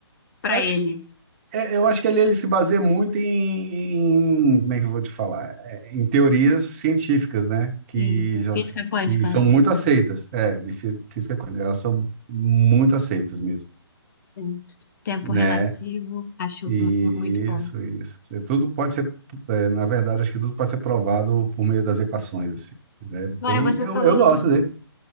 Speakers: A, on the left; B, on the right.
A: para
B: eu acho
A: ele.
B: É, eu acho que ali ele se baseia muito em, em- como é que eu vou te falar? É, em teorias científicas, né? Que
A: Sim, é
B: já,
A: física quântica,
B: que são
A: né?
B: muito
A: Uma coisa
B: aceitas, é, de fí- física quântica, elas são muito aceitas mesmo,
A: assim. Tempo
B: né?
A: relativo, acho
B: E
A: mu- mu- muito bom.
B: isso, isso. É, Tudo pode ser, é, na verdade, acho que tudo pode ser provado por meio das equações, assim. É
A: Agora
B: bem,
A: você
B: eu,
A: falou
B: eu gosto
A: do
B: dele.